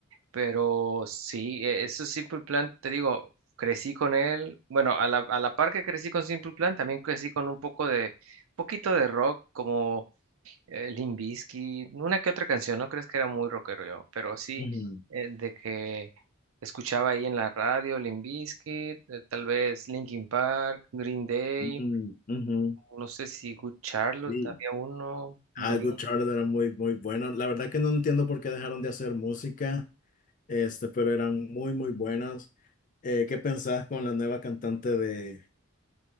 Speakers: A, on the right; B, on the left.
A: Pero sí, e- eso es Simple Plan, te digo, crecí con él. Bueno, a la, a la par que crecí con Simple Plan, también crecí con un poco de, poquito de rock, como eh, Limp Bizkit, una que otra canción, no crees que era muy rockero yo, pero sí,
B: ujú,
A: eh, de que escuchaba ahí en la radio Limp Bizkit, eh, tal vez Linkin Park, Green Day,
B: ujú, ujú,
A: no sé si Good Charlotte,
B: sí.
A: había uno, Blink.
B: Ah, Good Charlotte era muy, muy bueno. La verdad que no entiendo por qué dejaron de hacer música, este, pero eran muy, muy buenas. Eh, ¿qué pensás con la nueva cantante de,